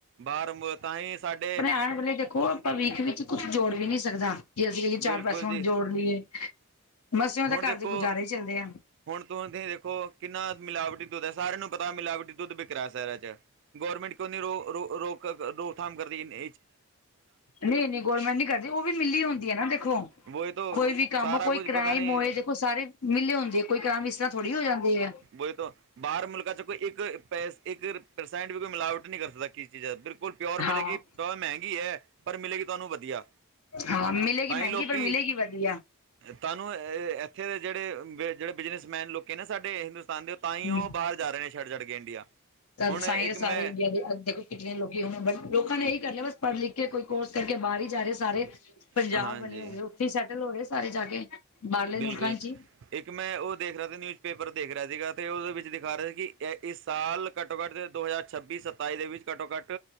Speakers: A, on the right; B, on the left.
A: ਬਾਰ ਮੌਲ ਤਾਂ ਹੀ ਸਾਡੇ
B: ਏਹ ਵੇਲੇ ਦੇਖੋ ਭਵਿੱਖ ਵਿੱਚ ਕੁਛ ਜੋੜ ਵੀ ਨਈ ਸਕਦਾ। ਜੇ ਅਸੀਂ ਕਹੀਏ
A: ਬਿਲਕੁਲ
B: ਚਾਰ ਪੈਸੇ ਹੁਣ
A: ਜੀ
B: ਜੋੜ ਲਈਏ ਮਸਿਓ
A: ਹੁਣ
B: ਤਾਂ ਘਰ
A: ਦੇਖੋ
B: ਦੇ ਗੁਜ਼ਾਰੇ ਹੀ ਚੱਲਦੇ ਆ।
A: ਹੁਣ ਤੂੰ ਦੇਖੋ ਕਿੰਨਾ ਮਿਲਾਵਟੀ ਦੁੱਧ ਹੈ ਸਾਰਿਆਂ ਨੂੰ ਪਤਾ ਮਿਲਾਵਟੀ ਦੁੱਧ ਬਿਕ ਰਿਆ ਸ਼ਹਿਰਾਂ 'ਚ ਗੌਰਮੈਂਟ ਕਿਉਂ ਨਈ ਰੋ ਰੋਕ ਰੋਕਥਾਮ ਕਰਦੀ ਏਨੀ
B: ਨਈ-ਨਈ ਗੌਰਮੈਂਟ ਨਈ ਕਰਦੀ ਓ ਵੀ ਮਿਲੀ ਹੁੰਦੀ ਹੈ ਨਾ ਦੇਖੋ
A: ਵਹੀ ਤੋਂ
B: ਕੋਈ ਵੀ ਕੰਮ
A: ਸਾਰਾ
B: ਕੋਈ
A: ਕੁਝ
B: ਕ੍ਰਾਈਮ
A: ਪਤਾ ਨਹੀਂ
B: ਹੋਏ ਦੇਖੋ ਸਾਰੇ ਮਿੱਲੇ ਹੁੰਦੇ ਆ ਕੋਈ ਕ੍ਰਾਈਮ ਇਸ ਤਰ੍ਹਾਂ ਥੋੜੀ ਹੋ ਜਾਂਦੇ ਆ।
A: ਵੋਈ ਤੋ ਬਾਰ ਮੁਲਕਾਂ 'ਚ ਕੋਈ ਇੱਕ ਪ ਇਕ ਪਰਸੈਂਟ ਵੀ ਕੋਈ ਮਿਲਾਵਟ ਨਈ ਕਰ ਸਕਦੀ। ਚੀਜ਼ ਬਿਲਕੁਲ ਪਿਓਰ ਮਿਲੇਗੀ
B: ਹਾਂ
A: ਥੋ ਮਹਿੰਗੀ ਹੈ ਪਰ ਮਿਲੇਗੀ ਤੁਹਾਨੂੰ ਵਧੀਆ
B: ਹਾਂ ਮਿਲੇਗੀ
A: ਤਾਂ
B: ਮਹਿੰਗੀ
A: ਹੀ ਲੋਕੀ
B: ਪਰ ਮਿਲੇਗੀ ਵਧੀਆ
A: ਤੁਹਾਨੂੰ ਇੱਥੇ ਦੇ ਜੇੜੇ-ਜੇੜੇ ਬਿਜਨਸਮੈਨ ਲੋਕੀ ਨੇ ਸਾਡੇ ਹਿੰਦੁਸਤਾਨ ਦੇ ਤਾਂ ਹੀ
B: ਹਮ
A: ਓ ਬਾਰ ਜਾ ਰਏ ਨੇ ਛੱਡ-ਛੱਡ ਕੇ ਇੰਡੀਆ
B: ਤਾਂ
A: ਹੁਣ
B: ਸਾਇ
A: ਇੱਕ
B: ਸਾਰੇ
A: ਮੈਂ
B: ਇੰਡੀਆ ਦੇ ਦੇਖੋ ਕਿੰਨ ਲੋਕ ਹੁਣ ਲੋਕਾਂ ਨੇ ਇਹੀ ਕਰਨਾ ਬਸ ਪੜ੍ਹ ਲਿਖ ਕੋਈ ਕੋਰਸ ਕਰਕੇ ਬਾਰ ਹੀ ਜਾ ਰਏ ਸਾਰੇ ਪੰਜਾਬ
A: ਹਾਂਜੀ
B: ਬਣੇ ਹੋਏ ਉੱਥੇ ਹੀ ਸੈਟਲ ਹੋ ਰਏ ਸਾਰੇ ਜਾ ਕੇ ਬਾਹਰਲੇ
A: ਬਿਲਕੁਲ
B: ਮੁਲਕਾਂ ਚ ਹੀ
A: ਇੱਕ ਮੈਂ ਓ ਦੇਖ ਰਿਆ ਸੀ ਨਿਊਜ਼ ਪੇਪਰ ਦੇਖ ਰਿਆ ਸੀਗਾ ਤੇ ਉਹਦੇ ਵਿੱਚ ਦਿਖਾ ਰਿਆ ਸੀ ਕਿ ਇਹ ਇਸ ਸਾਲ ਘੱਟੋ, ਘੱਟ ਦੋ ਹਜ਼ਾਰ ਛੱਬੀ ਸਤਾਈ ਦੇ ਵਿੱਚ ਘੱਟੋ, ਘੱਟ